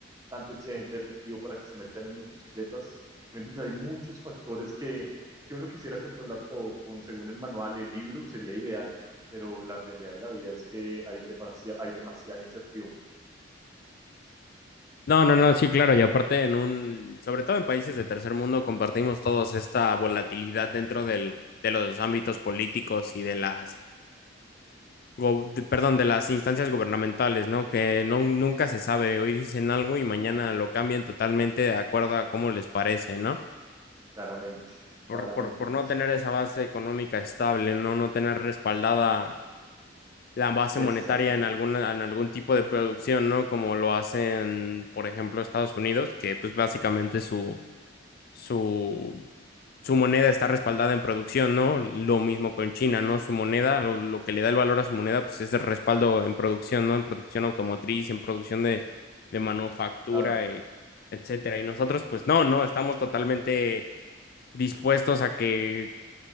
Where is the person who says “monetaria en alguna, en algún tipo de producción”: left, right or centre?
Left